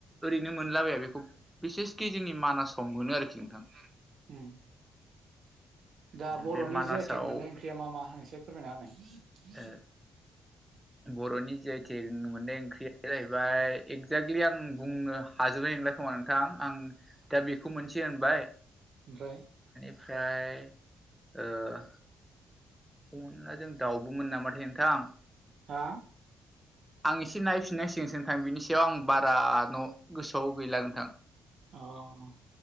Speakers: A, in the centre; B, on the right (about 65°).
A: ओरैनो मोनलाबाया बेखौ बिसेसकि जों जोंनि मानासाव मोनो
B: मानासाव
A: आरोखि नोंथां
B: मोनो आरो दा बर'नि
A: बे मानासाव
B: जि आइ टेक मोननाय ओंख्रिया मा मा एसे फोरमायना होनाय
A: ओ बर'नि जि आइ टेक मोननाय ओंख्रिया जाहैबाय एकजाक्टलि आं बुंनो हाजोबबाय नंला खोमा नोंथां आं दा बेखौ मोनसे होनबाय
B: ओमफ्राय
A: ओमफ्राय ओ अनला जों दाउबोमोन नामाथाय नोंथां
B: हा
A: आं एसे नायफिन नांसिगोनसो नोंथां बेनि सायाव आं बारा न' गोसोआव गैला नोंथां
B: अ